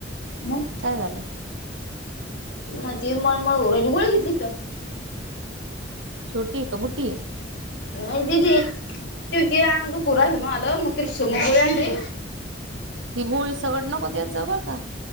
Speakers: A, on the left (about 65°); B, on the right (about 85°).
A: मग
B: काय झालं?
A: म ते मळमळ हो रायली गोळी घेतली का?
B: छोटी का बुटी?
A: नाय दिदीय. त त अंग दुकू राहिलं मला मग तिन सुमो गोळी आणली.
B: ती गोळी सगट नको देत जाऊ बरं का.